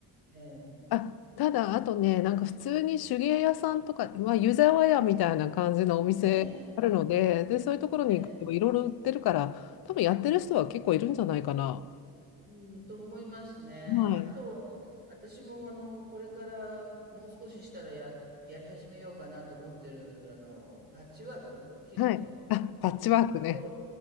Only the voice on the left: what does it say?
あ、ただ、あとね、なんか普通に手芸屋さんとか、まあ、湯沢屋みたいな感じのお店あるので、
で、そういうところに行くといろいろ売ってるから、
多分やってる人は結構いるんじゃないかな。
はい。
はい。あ、パッチワークね。